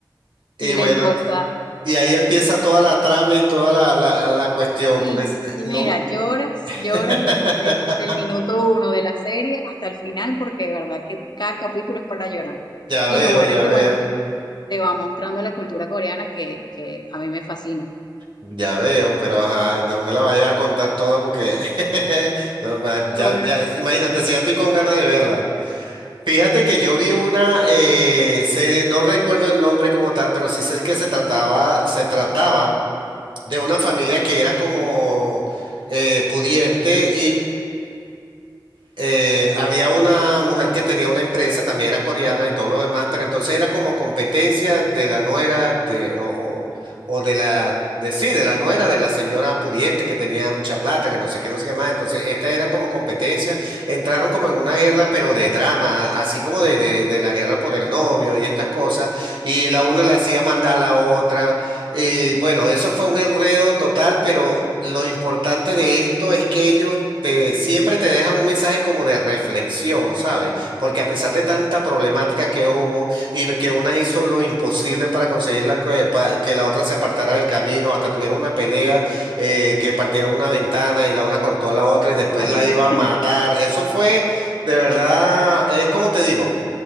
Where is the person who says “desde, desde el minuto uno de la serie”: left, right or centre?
Left